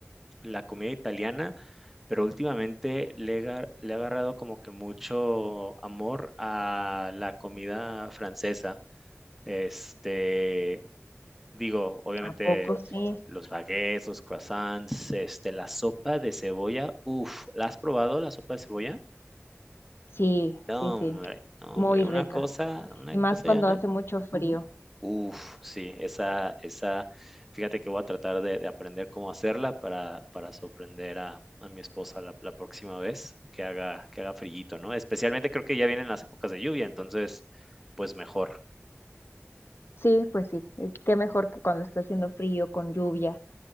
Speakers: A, in the centre; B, on the left (about 55°).
A: la comida italiana, pero últimamente le he, agar- le he agarrado como que mucho amor a la comida francesa. Este, Digo, obviamente
B: ¿A poco Sí, sí?
A: los baguettes, los croissants, este, la sopa de cebolla. Uf, ¿la has probado la sopa de cebolla?
B: Sí,
A: No,
B: sí, sí.
A: hombre, no,
B: Muy
A: hombre,
B: rica.
A: una cosa, una
B: Y más
A: cosa,
B: cuando
A: Janet.
B: hace mucho frío.
A: Uf, sí, esa, esa, fíjate que voy a tratar de, de aprender cómo hacerla para, para sorprender a, a mi esposa la, la próxima vez que haga, que haga frillito, ¿no? Especialmente creo que ya vienen las épocas de lluvia, entonces, pues mejor.
B: Sí, pues sí. eh, Qué mejor que cuando está haciendo frío, con lluvia,